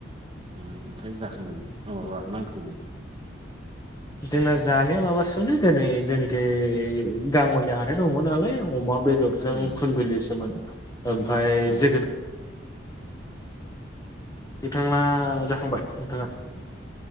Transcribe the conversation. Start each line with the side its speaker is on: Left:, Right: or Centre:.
Right: उम ओमफ्राय जानानै अ माबा मा ओंख्रिमोन?
Left: जोंना जानाया माबा <unintelligible> दोनै जेनिखि गाङलिया हाथाय दङमोन नालाय अमा बेदर जों
Right: उम
Left: खुन्दुलिसोमोन ओमफ्राय
Right: अ
Left: जोगोद <inaudible> आ जाखांबाय नोंथाङा।